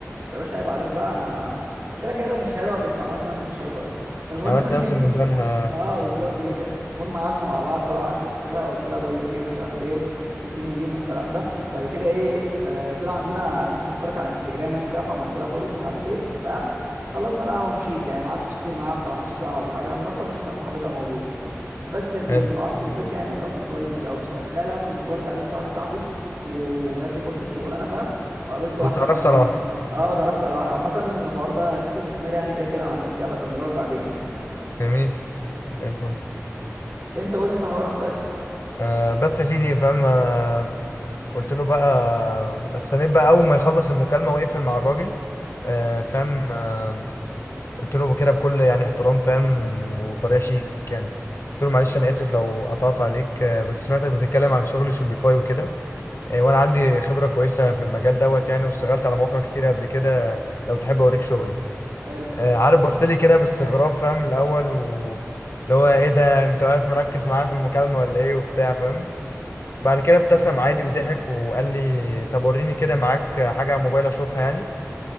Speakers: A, on the right (about 55°); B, on the left (about 55°).
A: يا باشا عيب عليك بقى انا قلت لك هي لو مش حلوه كنت عملت نفسي مش شايفها اصلا فالمهم
B: عملت
A: <laughs>
B: نفسي من بنها
A: اه بالظبط كده كده المهم قعدنا مع بعض بقى وقعدت احكي لها وقلت لها بقول لك ايه ومش عارف ايه و- وسين وجيم والكلام ده بعد كده ايه آه طلع عندنا ناس مشتركه على انستجرام يعني وكده فعملت لها فولو مش عارف ايه فاهم خلصنا القهوه ومشيت يعني ما قعدتش كتير معاها بتاع نص ساعه ولا حاجه فاهم برضه عشان كان صاحبتها موجوده بس يا سيدي
B: حلو
A: وروحت البيت يعني وكان مشوار لذيذ قوي بصراحه تخيل انا في المشوار ده قابلت واحد صاحبي وجات لي فرصه شغلانه فاهم وقابلت واحده
B: واتعرفت
A: كمان يعني
B: على واحدة
A: اه اتعرفت على واحده عامه الحوار ده لسه ليه تكمله يعني كده كده مع البنت هبقى اكمله لك بعدين يعني
B: جميل زي الفل
A: انت قول انت حوارك طيب
B: آه بس يا سيدي فاهم انا قلت له بقى استنيت بقى اول ما يخلص المكالمه ويقفل مع الراجل آه فاهم آه قلت له كده بكل يعني احترام فاهم وطريقه شيك يعني قلت له معلش انا اسف لو قطعت عليك آه بس سمعتك بتتكلم عن شغل شوبيفاي وكده آه وانا عندي خبره كويسه في المجال دوت يعني واشتغلت على مواقع كتير قبل كده لو تحب اوريك شغلي
A: حلو
B: آه عارف بص لي كده باستغراب فاهم الاول و اللي هو ايه ده انت واقف مركز معايا في المكالمه ولا ايه وبتاع فاهم بعد كده ابتسم عادي وضحك وقال لي طب وريني كده معاك حاجة على موبايل اشوفها يعني